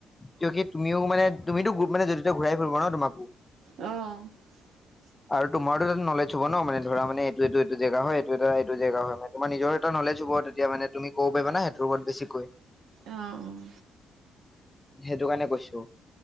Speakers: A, on the left; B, on the right.
A: ক কি তুমিও মানে তুমিতো গু মানেড়িত ঘৰাই ফৰিব ন তমাকো
B: অহ ',
A: আৰু তোমাৰো নলেজ চব ন মানে ধৰা মে এইটো - এইটো জেগা হয় এইটো এটা এইটো জেগা হয় মে তোমাৰ নিজৰ এটা নলে চুব তেতি মানে তুমি ক না সেইটোৰ ওপৰত বেছিকৈ
B: অ', অ',
A: সেইটো কাৰণে কৈছো।